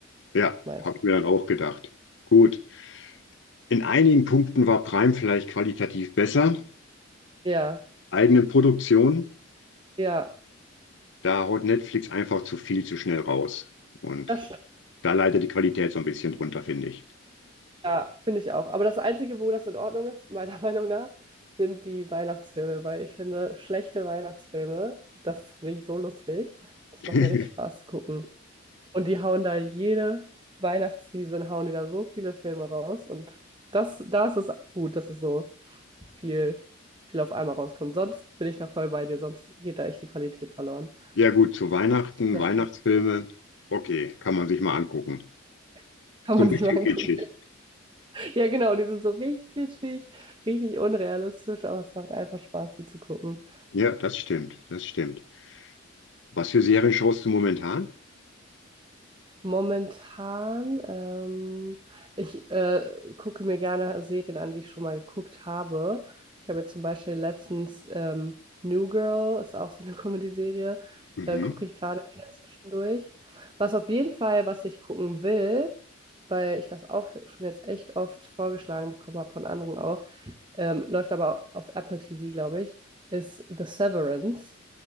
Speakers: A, on the left; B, on the right.
A: Ja,
B: meist.
A: habe ich mir dann auch gedacht. Gut. In einigen Punkten war Prime vielleicht qualitativ besser.
B: Ja,
A: Eigene Produktion,
B: ja,
A: da haut Netflix einfach zu viel zu schnell raus. Und
B: das stimmt.
A: da leidet die Qualität so ein bisschen drunter, finde ich.
B: Ja, finde ich auch. Aber das Einzige, wo das in Ordnung ist, meiner <laughs> Meinung nach, sind die Weihnachtsfilme, weil ich finde, schlechte Weihnachtsfilme, das finde ich so lustig. Das
A: <laughs>
B: macht mir richtig Spaß zu gucken. Und die hauen da jede Weihnachtsseason, hauen die da so viele Filme raus. Und das, da ist es gut, dass es so viel, viel auf einmal rauskommt. Sonst bin ich da voll bei dir, sonst geht da echt die Qualität verloren.
A: Ja gut, zu Weihnachten,
B: Das
A: Weihnachtsfilme, okay, kann man sich mal angucken.
B: <laughs> kann
A: So
B: man
A: ein bisschen
B: sich mal angucken.
A: kitschig.
B: <laughs> Ja, genau, die sind so richtig kitschig, richtig unrealistisch, aber es macht einfach Spaß, die zu gucken.
A: Ja, das stimmt, das stimmt. Was für Serien schaust du momentan?
B: Momentan, ähm, ich äh, gucke mir gerne Serien an, die ich schon mal geguckt habe. Ich habe jetzt zum Beispiel letztens ähm, New Girl, ist auch so eine <laughs> Comedy-Serie,
A: Mhm,
B: äh, gucke ich gerade wieder zwischendurch. Was auf jeden Fall, was ich gucken will, weil ich das auch schon jetzt echt oft vorgeschlagen bekommen habe von anderen auch, ähm, läuft aber auf Apple TV, glaube ich, ist The Severance.